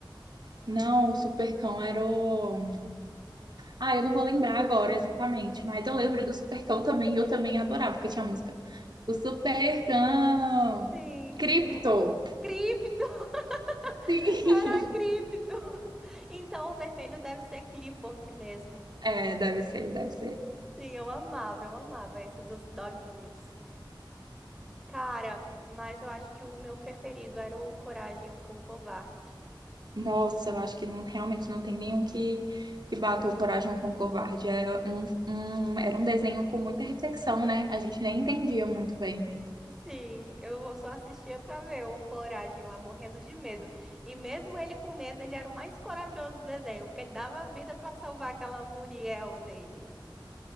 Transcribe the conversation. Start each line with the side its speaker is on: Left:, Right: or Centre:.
Right: Não, o Supercão era o. Ah, eu não vou lembrar agora exatamente, mas eu lembro do Supercão também e eu também adorava, porque tinha a música. O Supercão!
Centre: Sim,
Right: Cripto!
Centre: o Cripto!
Right: Sim!
Centre: <laughs> Era
Right: <laughs>
Centre: Cripto! Então o vermelho deve ser Clifford mesmo.
Right: É, deve ser, deve ser.
Centre: Sim, eu amava, eu amava esse dos doguinhos. Cara, mas eu acho que o meu preferido era o Coragem, o Cão Covarde.
Right: Nossa, eu acho que não, realmente não tem nenhum que, que bata o Coragem com o Covarde. É um, um- era um desenho com muita reflexão, né? A gente nem entendia muito bem.
Centre: Sim, eu só assistia pra ver o Coragem lá morrendo de medo. E mesmo ele com medo, ele era o mais corajoso do desenho, porque ele dava a vida pra salvar aquela Muriel dele.